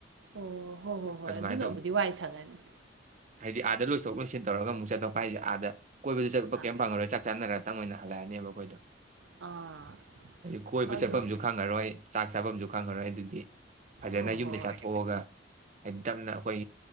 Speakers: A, on the right; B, on the right.
A: ꯑꯣ ꯍꯣ ꯍꯣ ꯍꯣꯏ
B: ꯑꯗꯨꯃꯥꯏꯅ
A: ꯑꯗꯨꯅꯕꯨꯗꯤ ꯋꯥꯏ ꯁꯪꯉꯅꯤ꯫
B: ꯗꯤ ꯑꯥꯗ ꯂꯣꯏꯊꯣꯛ ꯂꯣꯏꯁꯤꯟ ꯇꯧꯔꯒ ꯑꯃꯨꯛ ꯆꯠꯊꯣꯛꯄ ꯍꯥꯏꯁꯤ ꯑꯥꯗ꯫ ꯀꯣꯏꯕꯖꯨ ꯆꯠꯄ
A: ꯑꯥ
B: ꯀꯩꯝ ꯐꯪꯉꯔꯣꯏ ꯆꯥꯛ ꯆꯥꯟꯅꯔ꯫ ꯈꯤꯇꯪ ꯑꯣꯏꯅ ꯍꯜꯂꯛꯑꯅꯦꯕ ꯑꯈꯣꯏꯗꯣ꯫
A: ꯑꯥ
B: ꯑꯩ ꯀꯣꯏꯕ
A: ꯑꯗꯣ
B: ꯆꯠ꯫ ꯆꯠꯐꯝꯁꯨ ꯈꯪꯉꯔꯣꯏ ꯆꯥꯛ ꯆꯥꯐꯝꯁꯨ ꯈꯪꯉꯔꯣꯏ꯫ ꯗꯨꯗꯤ꯫ ꯐꯖꯅ
A: ꯍꯣꯏ
B: ꯌꯨꯝꯗꯩ
A: ꯍꯣꯏ ꯍꯣꯏ
B: ꯆꯥꯊꯣꯛꯑꯒ꯫ <unintelligible> ꯇꯝꯅ ꯑꯈꯣꯏ꯫